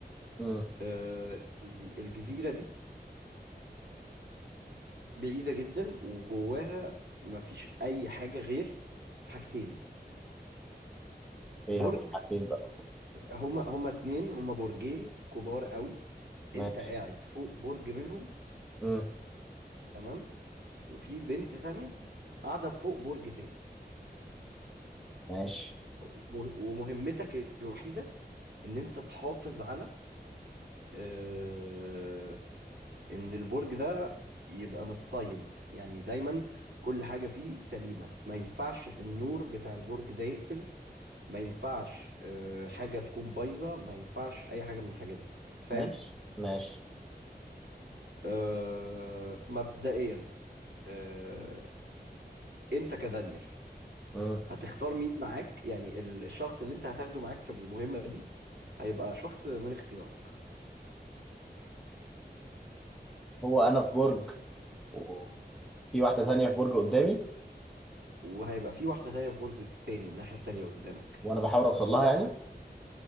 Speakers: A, in the centre; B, on the right.
A: امم
B: آه، الجزيرة دي بعيدة جدا وجواها مفيش أي حاجة غير حاجتين برج
A: ايه هو حاجتين بقى
B: هما هما اتنين هما برجين كبار قوي انت
A: ماشي
B: قاعد فوق برج منهم
A: امم
B: تمام وفي بنت تانية قاعدة فوق برج تاني
A: ماشي
B: وم- ومهمتك الوحيدة ان انت تحافظ على آه، ان البرج ده يبقى متصين يعني دايما كل حاجة فيه سليمة ما ينفعش النور بتاع البرج ده يقفل ما ينفعش آه، حاجة تكون بايظة ما ينفعش اي حاجة من الحاجات دي فاهم
A: ماشي ماشي
B: آه، مبدئيا آه، انت كدانيال
A: امم
B: هتختار مين معاك يعني ال- الشخص اللي انت هتاخده معاك في المهمة دي هيبقى شخص من اختيارك
A: هو انا في برج وفي واحده تانية في برج قدامي
B: وهيبقى في واحدة تانية في برج تاني الناحية التانية قدامك
A: وانا بحاول اوصل لها يعني